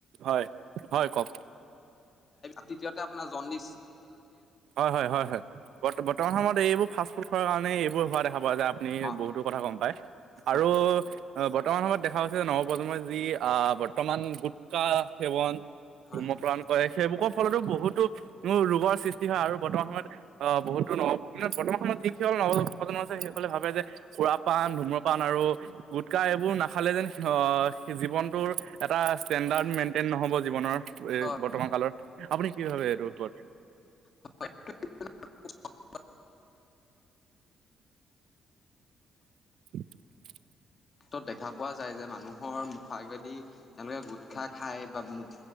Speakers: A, on the right; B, on the left.
A: হয় হয় কওক,
B: তৃতীয়তে আপোনাৰ জন্ডিছ,
A: হয় হয় হয় হয় ব বৰ্তমান সময়ত এইবোৰ ফাষ্ট ফুড খোৱাৰ কাৰণে এইবোৰ হোৱা দেখা পোৱা যায় আপুনি
B: হয়
A: বহুতো কথা গম পায়।
B: হয়
A: আৰু বৰ্তমান সময়ত দেখা গৈ হৈছে যে নৱপ্ৰজন্মই যি আহ বৰ্তমান গুটখা সেৱন
B: হয়
A: ধুমপান
B: হয়
A: কৰে সেইবুকৰ ফলতো বহুতো ৰোগৰ সৃষ্টি হয় আৰু বৰ্তমান সময়ত আহ বহুতো ন বৰ্তমান সময়ত যিসকল নপজন্ম আছে সেইসকলে ভাৱে যে সুৰা পান ধুম। পান আৰু গোটখাএইবোৰ নাখালে যেন জীৱনটোৰ এটা ষ্টেণ্ডাৰ্ড মেইনটেইন নহব জীৱনৰ
B: হয়
A: বৰ্তমান কালৰ আপুনি কি ভাবে এইটোৰ উপৰত,
B: <unintelligible>
A: <inaudible>
B: ক্ষেত্ৰত দেখা পোৱা যায় যে মানুহৰ মুখা আগেদি তেওঁলোকে গোটখা খাই বা মুখ